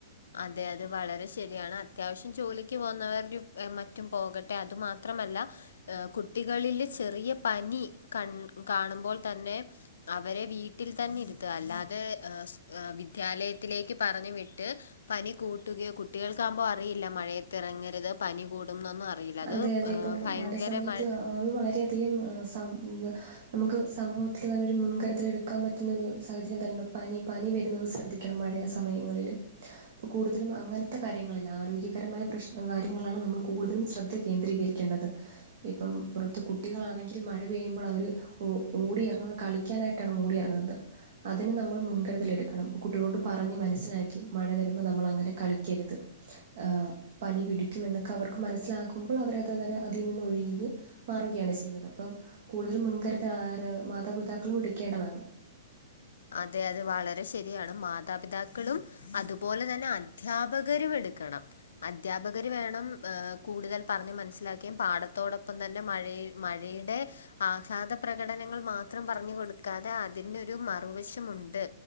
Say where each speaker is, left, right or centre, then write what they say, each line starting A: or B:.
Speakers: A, on the left; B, on the right.
A: അതെ അതെ വളരെ ശരിയാണ് അത്യാവശ്യം ജോലിക്ക് പോവുന്നവരും ഏഹ് മറ്റും പോകട്ടെ അത് മാ ത്രമല്ല ആഹ് കുട്ടികളില് ചെറിയ പനി കൺ കാണുമ്പോൾ തന്നെ അവരെ വീട്ടിൽ തന്നെ ഇരുത്തുവ അല്ലാ തേ ആഹ് സ് ആഹ് വിദ്യാലയത്തിലേക്ക് പറഞ്ഞ് വിട്ട് പനി കൂട്ടുകയോ കുട്ടികൾക്കാമ്പോ അറിയില്ല മഴയത്തിറങ്ങരുത് പനി കൂടും ന്നൊന്നും അ അറിയില്ല അത്
B: അതെ അതെ
A: ആഹ്
B: ഇപ്പം
A: ഭയങ്കര
B: മഴ സമയത്ത്
A: മ
B: അത് വളരെയധികം ആഹ് സം നമുക്ക് സമൂഹത്തില് തന്നൊരു മുൻകരുതലെടുക്കാൻ പറ്റുന്നൊരു സാഹചര്യം തന്നൊ പനി പനി വരുന്നത് ശ്രദ്ധി ക്കണം മഴയ സമയങ്ങളില് പ്പ കൂടുതലും അങ്ങനത്ത കാര്യങ്ങളിൽ ആരോഗ്യകരമായ പ്രശ്ന കാര്യങ്ങളിലാണ് നമ്മള് കൂടുതലും ശ്ര ദ്ധ കേന്ദ്രീകരിക്കേണ്ടത് ഇപ്പം പുറത്ത് കുട്ടികളാണെങ്കിൽ മഴ പെയ്യുമ്പോളവര് ഓ ഓടിയിറങ്ങുന്ന കളിക്കാനായിട്ടാണ് ഓടി എറങ്ങുന്നത് അതിന് നമ്മൾ മുൻകരുതലെടുക്കണം പ്പൊ കുട്ടികളോട് പറഞ്ഞ് മനസ്സിലാ ക്കി മഴ വരുമ്പോ നമ്മളങ്ങനെ കളിക്കരുത് ആഹ് പനി പിടിക്കുമെന്നക്ക അവർക്ക് മനസ്സിലാകു കുമ്പൾ അവരത് അവര് അതീനിന്ന് ഒഴിഞ്ഞ് മാറുകയാണ് ചെയ്യുന്നത് അപ്പം കൂടുതല് മുൻകരു താര മാതാപിതാക്കളും എടുക്കേണ്ടതാണ്
A: അതെ അതെ വളരെ ശരിയാണ് മാതാപിതാക്കളും അതുപോലെ തന്നെ അദ്ധ്യാപകരും എടുക്കണം അദ്ധ്യാപകര് വേണം ആഹ് കൂടുതൽ പറഞ്ഞ് മനസ്സിലാക്കേം പാഠത്തോടൊപ്പം തന്നെ മഴയെ മഴേടെ ആഹ്ലാദ പ്ര കടനങ്ങൾ മാത്രം പറഞ്ഞു കൊടുക്കാതെ അതിനൊരു മറുവശമുണ്ട്